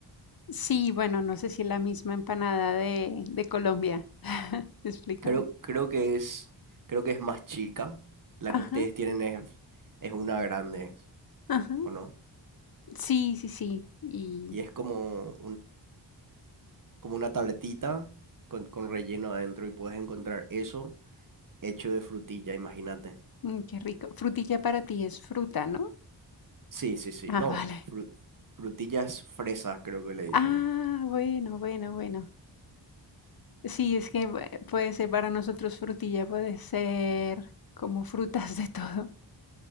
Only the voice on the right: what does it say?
creo, creo que es, creo que es más chica, la
que ustedes tienen es, es una grande,
¿o no?
Y es como como una tabletita con, con relleno adentro y puedes encontrar eso hecho de frutilla, imagínate.
Sí, sí, sí.
No,
fru- frutilla es fresa, creo que le dicen.